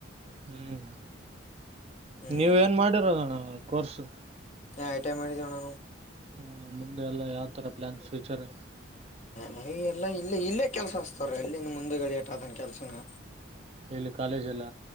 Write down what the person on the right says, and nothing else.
ಹ್ಮ್
ನೀವ ಏನ್ ಮಾಡಿರೋದಣ? ಕೊರ್ಸು
ಹ್ಮ ಮುಂದೆ ಎಲ್ಲ ಯಾವ್ ತರ ಪ್ಲಾನ್ ಫ್ಯೂಚರ್?
ಇಲ್ಲಿ ಕಾಲೇಜ್ ಎಲ್ಲ